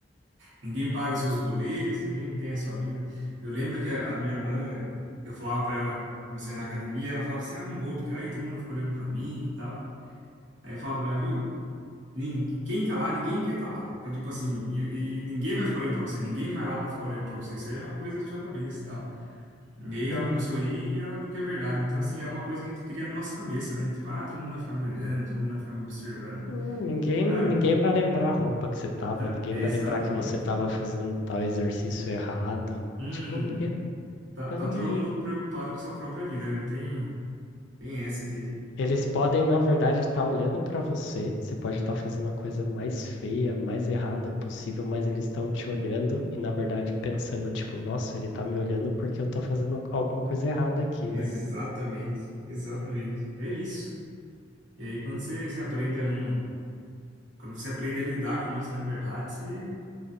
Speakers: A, on the right (about 80°); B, on the left (about 70°).
A: Ninguém paga seus boletos, ninguém tem a sua vida. Eu lembro que a, a minha irmã, eu falava pra ela, comecei a ir na academia, ela falava assim: ah, não vou, porque aí todo mundo fica olhando pra mim e tal. Aí eu falava pra ela, viu? Nin- Quem tá lá, ninguém quer tá lá. Então, tipo assim, e, e ninguém vai ficar olhando pra você, ninguém vai lá pra ficar olhando pra você. Isso aí é uma coisa da sua cabeça e tal. E aí ela
B: né,
A: começou a ir e ela viu que é verdade. Então, assim, é uma coisa que a gente cria na nossa cabeça, né? Tipo, ah, todo mundo vai ficar me olhando, todo mundo vai ficar me observando.
B: hum, ninguém,
A: Cara,
B: ninguém vai lembrar a roupa que você tava,
A: tá,
B: ninguém
A: exatamente.
B: vai lembrar que você tava fazendo tal exercício errado.
A: Uhum.
B: Tipo, ninguém
A: Tá,
B: tá
A: tá
B: nem
A: todo
B: aí.
A: mundo preocupado com sua própria vida, né? Não Tem, tem essa de.
B: Eles podem, na verdade, estar olhando para você. Você pode estar fazendo a coisa mais feia, mais errada possível, mas eles estão te olhando e, na verdade, pensando, tipo, nossa, ele tá me olhando porque eu tô fazendo alguma coisa errada aqui,
A: Exatamente,
B: né?
A: exatamente. É isso. E aí, quando você, você aprende a não. Quando você aprende a lidar com isso, na verdade, você.